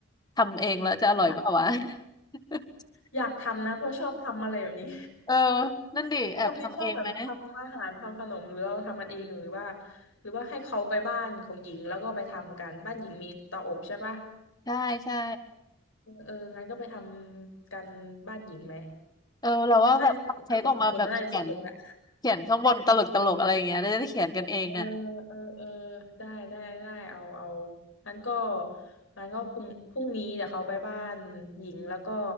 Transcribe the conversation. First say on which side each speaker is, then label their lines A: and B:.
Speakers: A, on the left (about 20°); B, on the left (about 70°).
A: ทำเองแล้วจะอร่อยเปล่าวะ
B: อยาก
A: <laughs>
B: อยากทำนะเพราะชอบทำอะไรแบบนี้
A: เออนั่นดิแอบทำเองไหม
B: ชอบนี่ชอบแบบทำอาหารทำขนมหรือเราทำกันเองหรือว่าหรือว่าให้เขาไปบ้านของหญิงแล้วก็ไปทำกันบ้านหญิงมีเตาอบใช่ปะ
A: ใช่ใช่
B: เออเอองั้นก็ไปทำกันบ้านหญิงไหม
A: เออเราว่าแบบทำเค้กออกมาแบบเขียน
B: น่าจะสนุกอะเราสองคนน่าจะสนุกแหละ
A: เขียนข้างบนตลกตลกอะไรอย่างเงี้ยได้ได้เขียนกันเองอ่ะ
B: เออ เออเออได้ได้ ได้ เอา เอางั้นก็งั้นก็พรุ่งพรุ่งนี้เดี๋ยวเขาไปบ้านหญิงแล้วก็